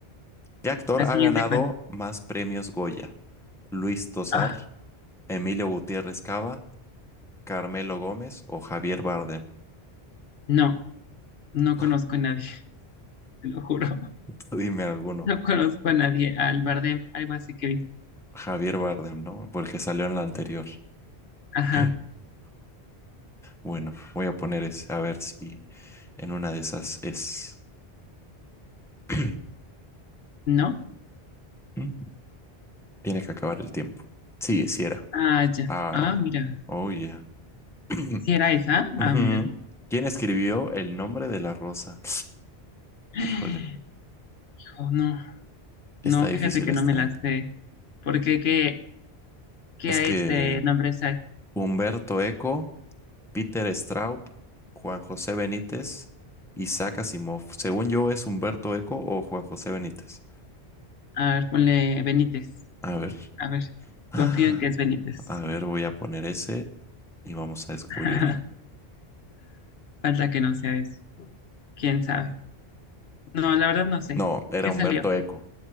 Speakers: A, in the centre; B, on the left.
A: ¿Qué actor
B: La siguiente,
A: ha ganado
B: ¿cuál?
A: más premios Goya? ¿Luis Tosar,
B: Ah,
A: Emilio Gutiérrez Cava, Carmelo Gómez o Javier Bardem?
B: no. No
A: <laughs>
B: conozco a nadie, <laughs> te lo juro. <laughs>
A: Tú Dime alguno.
B: No conozco a nadie. Al Bardem, algo así que dice.
A: Javier Bardem, ¿no? Porque salió en la anterior.
B: Ajá,
A: <laughs> Bueno, voy a poner ese, a ver si en una de esas es. <clears throat>
B: ¿no?
A: Mm. Tiene que acabar el tiempo. Sí, sí era.
B: Ah, ya.
A: Ah,
B: Ah, mira.
A: oh yeah. <clears throat>
B: Si era esa?
A: Ujú.
B: Ah, mira.
A: ¿Quién escribió El nombre de la rosa?
B: <gasps>
A: Híjole,
B: Oh, no,
A: está
B: no,
A: difícil
B: fíjate que
A: esta,
B: no me la
A: ¿eh?
B: sé. ¿Por qué? ¿Qué, qué
A: Es que
B: este nombre hay?
A: Humberto Eco, Peter Straub, Juan José Benítez, Isaac Asimov. Según yo, es Humberto Eco o Juan José Benítez.
B: A ver, ponle Benítez.
A: A ver.
B: A ver,
A: Ah,
B: confío en que es Benítez.
A: A ver, voy a poner ese y vamos a descubrirlo.
B: <laughs> Falta que no sea eso. ¿Quién sabe? No, la verdad no sé.
A: No, era
B: ¿Qué
A: Humberto
B: salió?
A: Eco.